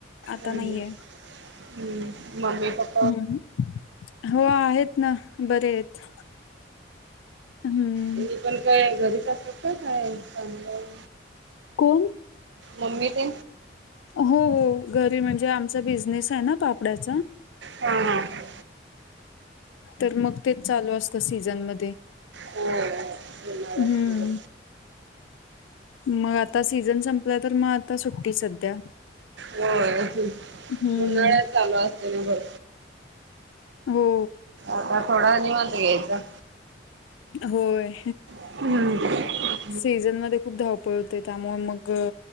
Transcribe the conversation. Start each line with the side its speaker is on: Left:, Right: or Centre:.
Left: आता
Right: हम्म
Left: नाहीये.
Right: हम्म मम्मी प्पा.
Left: हम् हो आहेत ना बरे आहेत. हम्म
Right: ते पण काय घरीच असत का काय चांगलं.
Left: कोण?
Right: मम्मी ट.
Left: हो हो घरी म्हणजे आमचा बिझनेस आहे ना पापड्याचा.
Right: ह हा.
Left: तर मग तेच चालू असत. सीझन म
Right: हो उन्हाळ्यात
Left: हम्म.
Right: होय
Left: मग आता सीझन संपला तर मग आता सुट्टी सध्या.
Right: होय उन्हाळ्यात
Left: हम्म
Right: चालू असते ना बर.
Left: हो.
Right: आता थोडा नि वांद ग इचा.
Left: होय.
Right: हम्.
Left: सीझन मध्ये खूप धावपळ होते त्यामुळे मग.